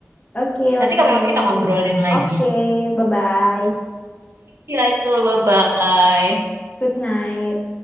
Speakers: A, on the left (about 25°); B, on the right (about 55°).
A: Oke,
B: Nanti
A: oke.
B: kapan-kapan kita ngobrolin lagi.
A: Oke, bye-bye.
B: Iya Atul, bye-bye.
A: Good night.